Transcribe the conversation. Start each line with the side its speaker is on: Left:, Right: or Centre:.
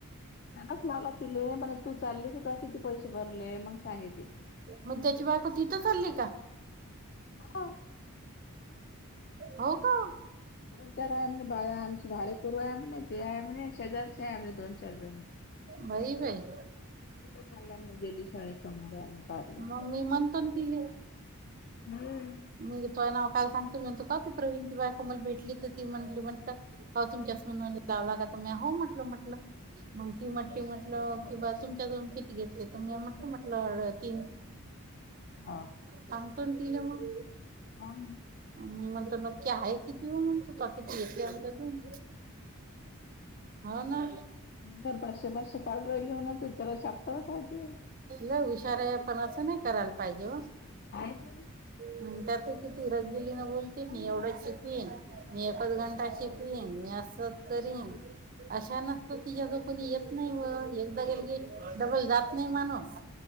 Left: असं मला तिने म्हणे तू चालली, तर किती पैसे भरले मंग सांगेल ती.
Right: मग त्याची बायको तिथं चालली का?
Left: हो.
Right: हो का?
Left: दोन चार आहे म्हणे बाया आमच्या भाडेकरु आहे म्हणे, ते आहे म्हणे, शेजारचे आहे म्हणे दोन चारजण.
Right: बाई, बाई.
Left: तिथे चालले म्हणे, जेडी शाळेसमोर आलं पार्लर.
Right: मग मी म्हणतो ना तिले
Left: नाय.
Right: मी तोय नाव काल सांगतो म्हणतो, का ती प्रवीणची बायको मला भेटली, तर ती म्हणली म्हणता हो तुमच्या सूनने लावला का? तर मी हो म्हटलं म्हटलं. मग ती म्हंटली म्हटलं, की बा तुमच्या दोन किट घेतले, त म्या म्हटले म्हटलं तीन.
Left: हाव.
Right: सांग पण तिले मग.
Left: आणि
Right: नंतर मग नक्की आहे किती <unintelligible> किती घेतले याच्यातून हो ना.
Left: तर पाचशे पाचशे काढू राहिली म्हणे ना तू जरा चॅप्टरच आहे ते.
Right: लय हुशार हाय पण असं नाही करायला पाहिजे ओ.
Left: हाय <unintelligible>
Right: हं त्यात किती रगिली ने बोलते मी एवढंच शिकवीन. मी एकच घंटा शिकवीन, मी असच करीन. अशा नसतात तिच्याकडं कोणी येत नाही व एकदा गेल की डबल जात नाही माणूस.